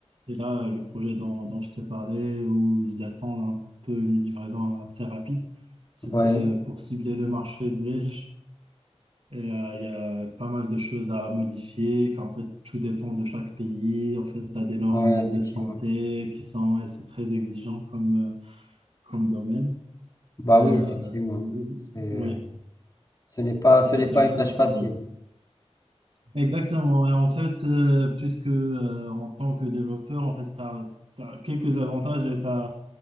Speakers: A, on the right (about 65°); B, on the left (about 30°).
A: Et là, le projet dont, dont je t'ai parlé, où ils attendent un peu une livraison assez rapide, c'était
B: Ouais,
A: euh, pour cibler le marché belge Et euh, il y a pas mal de choses à modifier, car en fait, tout dépend de chaque pays. En fait, tu as des normes
B: ouais, effectivement.
A: de santé qui sont, et c'est très exigeant comme, euh, comme domaine.
B: Bah
A: Et, euh,
B: oui, effectivement.
A: c'est-
B: C'est, euh,
A: oui,
B: ce n'est pas, ce
A: en fait,
B: n'est
A: il
B: pas
A: y a
B: une
A: plus.
B: tâche facile.
A: euh, Exactement. Et en fait, euh, puisque euh, en tant que développeur, en fait, tu as, quelques avantages et tu